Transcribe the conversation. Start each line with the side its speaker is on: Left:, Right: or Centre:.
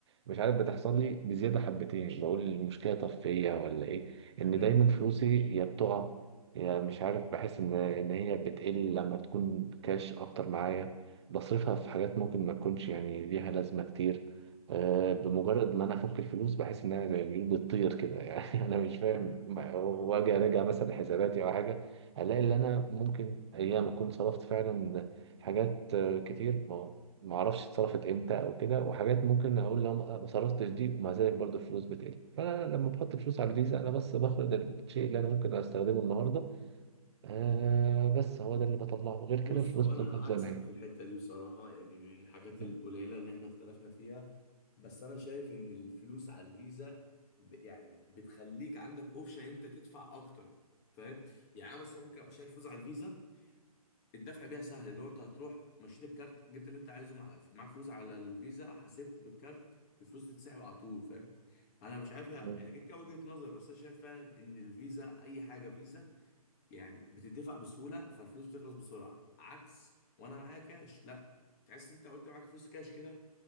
Right: مش عارف بتحصل لي بزياده حبتين بقول المشكله طب فيا ولا ايه ان
Left: امم
Right: دايما فلوسي يا بتقع يا مش عارف بحس ان ان هي بتقل لما تكون كاش اكتر معايا بصرفها في حاجات ممكن ما تكونش يعني ليها لازمة كتير آه، بمجرد ما انا افك الفلوس بحس انها زي الجيل بتطير كده <laughs> يعني انا مش فاهم
Left: <laughs>
Right: واجي اراجع مثلا حساباتي او حاجه الاقي ان انا ممكن ايام اكون صرفت فعلا حاجات آه، كتير ما ما اعرفش اتصرفت امتى او كده وحاجات ممكن اقول لو ما ما صرفتش دي ومع ذلك برضو الفلوس بتقل فانا لما بحط فلوس على الفيزا انا بس باخد الشيء اللي انا ممكن استخدمه النهارده آه بس هو ده اللي بطلعه غير كده
Left: بص
Right: الفلوس
Left: هو
Right: بتفضل
Left: انا عكسك
Right: زي ما
Left: في الحته دي بصراحه يعني من الحاجات القليله
Right: هي
Left: اللي احنا اختلفنا فيها بس انا شايف ان الفلوس على الفيزا ب- يعني بتخليك عندك اوبشن انت تدفع اكتر فاهم يعني أنا مثلا ممكن ابقى شايل فلوس على الفيزا الدفع بيها سهل اللي هو انت هتروح مشيت الكارت جبت اللي انت عايزه مع... معاك فلوس على الفيزا حسبت بالكارت الفلوس تتسحب على طول فاهم انا مش عارف هي-
Right: مم.
Left: يعني كده كده وجهه نظر بس انا شايف فعلا ان الفيزا اي حاجه فيزا يعني بتدفع بسهوله فالفلوس بتخلص بسرعه عكس وانا معايا كاش لا تحس ان انت وانت معاك فلوس كاش كده